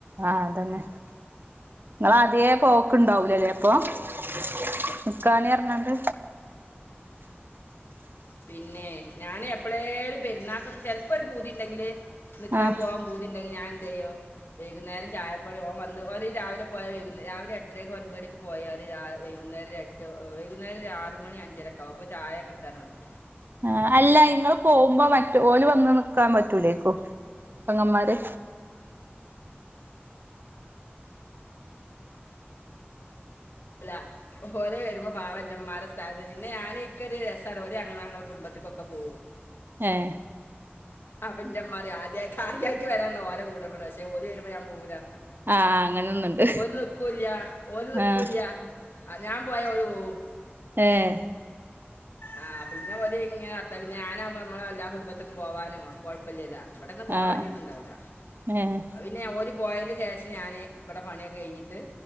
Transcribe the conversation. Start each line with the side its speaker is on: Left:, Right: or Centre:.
Right: ആഹ് അതന്നെ ഇങ്ങളാദ്യേ പോക്ക്ണ്ടാവൂലാല്ലേ അപ്പൊ <unintelligible> പറഞ്ഞാണ്ട്
Left: ആ പിന്നെ ഞാന് എപ്പളേലും പെരുന്നാക്ക് ചെലപ്പോ ഒരു പൂതി ഇണ്ടെങ്കില് നിക്കാൻ
Right: ആഹ്
Left: പോവാൻ പൂതിണ്ടെങ്കി ഞാൻ എന്ത്‌ ചെയ്യും വൈകുന്നേരം ചായപ്പൊടി ഓൻ വന്ന് ഓര് ഈ രാവിലെ പോയാ വെയ്കുന്നേ രാവിലെ എട്ടരയ്ക്ക് ഒൻപതണിക്കും പോയാല് രാ വെയ്കുന്നേരം ഒര് എട്ട് വൈകുന്നേരം ആറ് മണി അഞ്ചരക്കെ ആകും അപ്പോ ചായ കിട്ടണം ഓനിക്ക്
Right: ആഹ് അല്ല ഇങ്ങള് പോകുമ്പോ മറ്റ് ഓല് വന്ന് നിക്കാൻ പറ്റൂലായിക്കും പെങ്ങന്മാര്
Left: ഇല്ല ഓല് വെരുമ്പം പാവല്ലേ ഉമ്മാരെ സാഹചര്യം പിന്നെ ഞാനി ഇക്കൊരു രസാണ് ഓര് ഞങ്ങ ഞങ്ങളെ കുടുംബത്തിക്കൊക്കെ പോവും
Right: ഏഹ്
Left: അപ്പ ഇൻ്റെ ഉമ്മ പറയും ആദ്യാ കാര്യായിറ്റ് വരാൻളള ഓലെ വീടാവിടെ പക്ഷെ ഓല് വെരുമ്പോ ഞാൻ പോവൂലാ
Right: ആഹ് അങ്ങനൊന്നുണ്ട്
Left: ഓരു നിക്കോല്ല ഓല് നിക്ക്
Right: ആഹ്
Left: ആഹ് ഞാൻ പോയാ ഓല് പോവും
Right: ഏഹ്
Left: ആഹ് പിന്നെ ഓല് ഇങ്ങനെ വർത്താനം പിന്നെ ഞാനാവുമ്പം നമ്മളെ എല്ലാ കുടുംബത്തേക്കും പോവാനും കൊഴപ്പല്ലല്ലോ ഇവിടെന്ന് ബോറടിയൊന്നും
Right: ആഹ്
Left: ഇണ്ടാവില്ല
Right: ഏഹ്
Left: അത് പിന്നെ ഒരു പോയേൻ്റെ ശേഷം ഞാന് ഇവിടെ പണിയൊക്കെ കഴിഞ്ഞിട്ട്